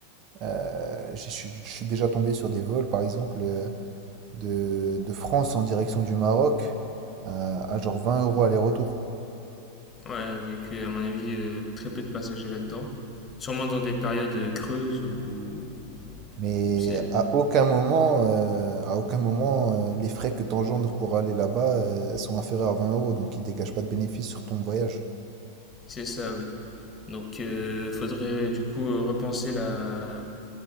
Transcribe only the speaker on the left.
Ouais, avec euh, à mon avis euh, très peu de passagers là-dedans. Sûrement dans des périodes creuses où
c'est
c'est ça, oui. Donc, euh, faudrait euh, du coup euh, repenser la.